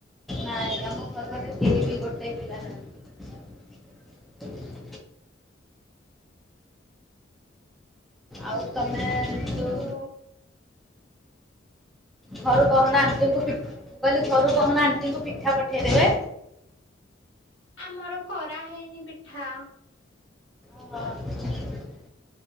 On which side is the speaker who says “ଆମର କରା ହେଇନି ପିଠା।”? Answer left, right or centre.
Left